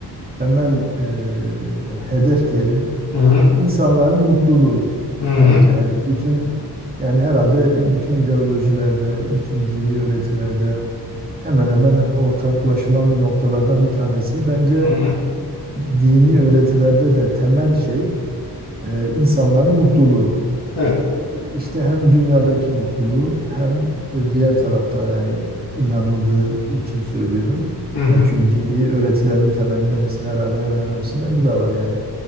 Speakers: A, on the right; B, on the left.
A: temel e, hedef diyelim
B: Hı hı,
A: insanların mutluluğu
B: hı hı,
A: bence yani bütün yani herhalde bütün ideolojilerde, bütün dini öğretilerde hemen hemen ortaklaşılan bir noktalardan bir tanesi bence
B: hı hı.
A: dini öğretilerde de temel şey e, insanların mutluluğu.
B: Evet.
A: İşte hem dünyadaki mutluluğu hem e, diğer tarafta yani inanıldığı için söylüyorum.
B: Hı hı.
A: Yani çünkü dini öğretilerin temelinde hepsi herhalde hemen hemen hepsinde bu da var yani